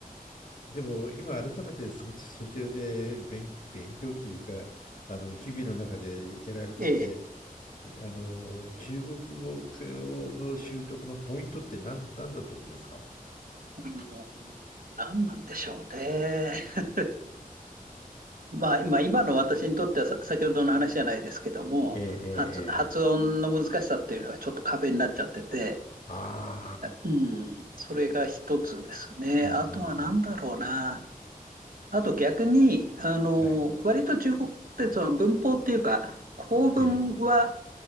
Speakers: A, on the left (about 60°); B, on the right (about 70°).
A: でも今改めてそ、そちらで勉、勉強っていうか、あの日々の中でやられてて、
B: ええ。
A: あの、中国語の習得のポイントって何、何だと思いますか
B: うん、何なんでしょうね。<laughs> まあ、まあ、今の私にとってはさ、先ほどの話じゃないですけども、
A: ええ、ええ、
B: 発、発音の難しさっていうのがちょっと壁になっちゃってて、
A: ええああ、
B: うん、それが一つですね。
A: うん、
B: あとは何だろうな。
A: うん、うん。
B: あと逆に、あの、
A: はい。
B: 割と中国ってその文法っていうか、構文は
A: ええ、